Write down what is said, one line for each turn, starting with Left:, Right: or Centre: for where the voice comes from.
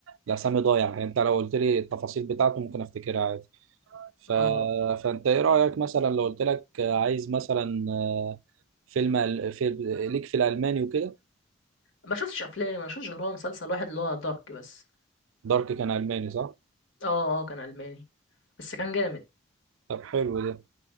Right: الاسامي ضايعه يعني انت لو قلت لي التفاصيل بتاعته ممكن افتكرها عادي ف...
Left: اه
Right: فانت ايه رايك مثلا لو قلت لك عايز مثلا آه، فيلم ال- في... ليك في الالماني وكده
Left: ما شفتش افلام ما شفتش غير هو مسلسل واحد اللي هو دارك بس
Right: دارك كان الماني صح
Left: اه اه كان الماني بس كان جامد
Right: طب حلو ده